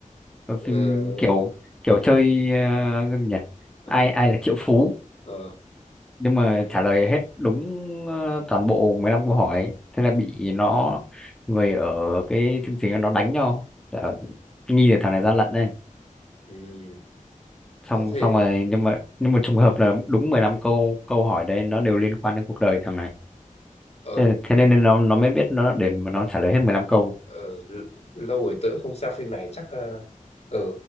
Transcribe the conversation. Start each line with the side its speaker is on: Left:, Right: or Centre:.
Centre: Ờ, phim
Left: ờ
Centre: kiểu kiểu chơi ờ, cái gì nhỉ
Left: ờ
Centre: ai ai là Triệu Phú
Left: ờ
Centre: nhưng mà trả lời hết đúng ờ, toàn bộ 15 câu hỏi thế là bị nó người ở cái chương trình đó nó đánh nhau Ờ, nghi là thằng này gian lận đây
Left: ừ.
Centre: xong
Left: ờ thế
Centre: xong
Left: thì
Centre: rồi nhưng mà nhưng mà trùng hợp là đúng 15 câu câu hỏi đấy nó đều liên quan đến cuộc đời thằng này
Left: ờ
Centre: thế, thế nên nó nó mới biết nó để mà nó trả lời hết 15 câu
Left: Ờ, lâu rồi tớ không xem phim này chắc ờ ờ,